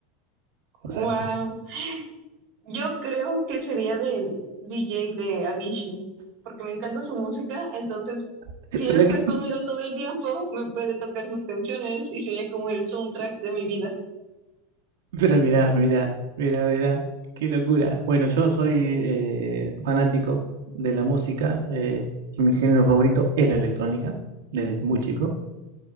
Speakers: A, on the right (about 85°); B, on the right (about 45°).
A: O
B: Wow.
A: sea, que-
B: Yo creo que sería del DJ de Avicii, porque me encanta su música. Entonces,
A: <laughs>
B: si
A: pero,
B: él está
A: que-
B: conmigo todo el tiempo, me puede tocar sus canciones y sería como el soundtrack de mi vida.
A: pero mira, mira, mira, mira, qué locura. Bueno, yo soy eh, fanático de la música eh, y mi género favorito es la electrónica, desde muy chico.